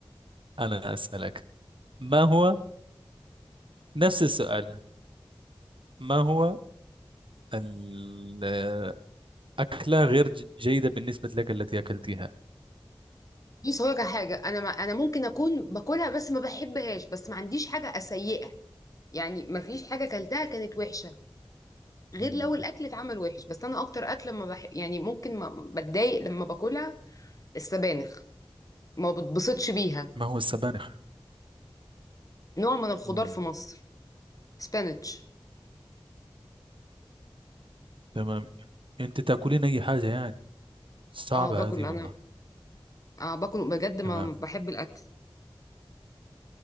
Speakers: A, on the right; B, on the left.
A: أنا أسألك ما هو نفس السؤال ما هو الأكلة غير ج- جيدة بالنسبة لك التي أكلتها
B: دي صورة حاجة أنا ما أنا ممكن أكون باكلها بس ما بحبهاش بس ما عنديش حاجة سيئة يعني ما فيش حاجة كلتها كانت وحشة غير
A: مم.
B: لو الأكل اتعمل وحش بس أنا أكتر أكل لما بح... يعني ممكن ما بتضايق لما باكلها السبانخ ما بتبسطش بيها
A: ما هو السبانخ
B: نوع من الخضار
A: مم.
B: في مصر سبانيتش
A: تمام أنت تأكلين أي حاجة يعني صعبة
B: اه باكل
A: هذه
B: انا
A: والله
B: اه باكل بجد ما
A: تمام
B: بحب الاكل